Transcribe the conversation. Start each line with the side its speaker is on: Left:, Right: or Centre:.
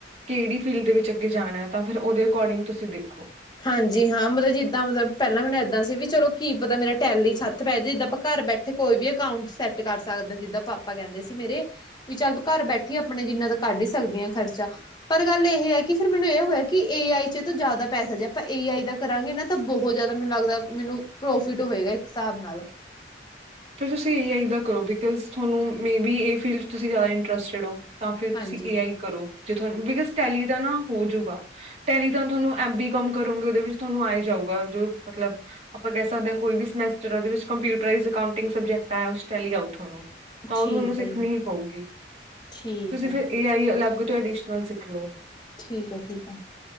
Right: ਕੇੜੀ ਫੀਲਡ ਦੇ ਵਿੱਚ ਅੱਗੇ ਜਾਣਾ ਐ, ਤਾਂ ਫੇਰ ਓਦੇ ਅਕੋਡਿੰਗ ਤੁਸੀਂ ਦੇਖੋ।
Left: ਹਾਂਜੀ ਹਾਂ, ਮਤਲਬ ਜਿੱਦਾਂ ਮਤਲਬ ਪੈਲਾਂ ਮੈਨੂੰ ਐਦਾਂ ਸੀ ਵੀ ਚਲੋ ਕੀ ਪਤਾ ਮੇਰਾ ਟੈਲੀ ਚ ਹਾਥ ਪੈ ਜੇ ਘਾਰ ਬੈਠੇ ਕੋਈ ਵੀ ਅਕਾਊਂਟ ਸੈਟ ਕਰ ਸਕਦੇ ਆਂ, ਜਿੱਦਾਂ ਪਾਪਾ ਕੈਂਦੇ ਸੀ ਮੇਰੇ ਵੀ ਚੱਲ ਘਾਰ ਬੈਠੀ, ਆਪਣੇ ਜਿੰਨਾ ਤਾਂ ਕਾਡ ਈ ਸਕਦੀ ਆਂ ਖਰਚਾ। ਪਰ ਗਾੱਲ ਏ ਹੈ ਕਿ ਫੇਰ ਮੈਨੂੰ ਏ ਹੋਏਆ ਕਿ, ਏ ਆਈ ਚੋ ਜਾਦਾ ਪੈਸਾ ਜਿ ਆਪਾਂ ਏ ਆਈ ਦਾ ਕਰਾਂਗੇ ਨਾ ਤਾਂ ਬਹੋ ਜਾਦਾ ਮੈਨੂੰ ਲੱਗਦੈ ਮੈਨੂੰ ਪ੍ਰੋਫਿਟ ਹੋਏਗਾ ਇੱਕ ਹਿਸਾਬ ਨਾਲ
Right: ਫੇਰ ਤੁਸੀਂ ਏ ਆਈ ਦਾਂ ਕਰੋ ਬਿਕਜ਼ ਥੋਨੂੰ ਮੇ ਬੀ ਏ ਫੀਲਡ ਚ ਤੁਸੀਂ ਜਾਦਾ ਇੰਟਰਸਟੜ ਓ। ਤਾਂ ਫੇਰ ਤੁਸੀ
Left: ਹਾਂਜੀ
Right: ਏ ਆਈ ਕਰੋ ਜੇ ਤੁਆਨੂੰ ਬਿਕਜ਼ ਟੈਲੀ ਦਾ ਨਾ ਹੋਜੂਗਾ, ਟੈਲੀ ਤਾਂ ਤੁਹਾਨੂੰ ਐਮ ਬੀ ਕਾਮ ਕਰੋਗੇ ਉਹਦੇ ਵਿੱਚ ਤੁਹਾਨੂੰ ਆਹੀ ਜਾਊਗਾ। ਜੋ ਮਤਲਬ, ਆਪਾਂ ਕਹਿ ਸਕਦੇ ਹਾਂ ਕੋਈ ਵੀ ਸਮੈਟਰਦੇ ੳਹਦੇ ਵਿਚ ਕੰਮਪਿਊਟਰਾਇਜਟ ਅਕਾਂਊਂਟ ਤਿਨ ਸਬਜੈਕਟ ਆਇਆ, ਉਸ ਟੈਲੀ ਆਊ ਤੁਹਾਨੂੰ ਤਾਂ ਉਹ
Left: ਠੀਕ
Right: ਤੁਹਾਨੂੰ ਸਿੱਖਣੀ
Left: ਹੈ ਜੀ
Right: ਹੀ ਪਊਗੀ।
Left: ਠੀਕ
Right: ਤੁਸੀਂ
Left: ਹੈ
Right: ਫੇਰ ਏ ਆਈ ਅਲੱਗ ਤੋਂ ਐਡੀਸ਼ਨਲ ਸਿੱਖ ਲਓ।
Left: ਠੀਕ ਹੈ, ਠੀਕ ਹੈ।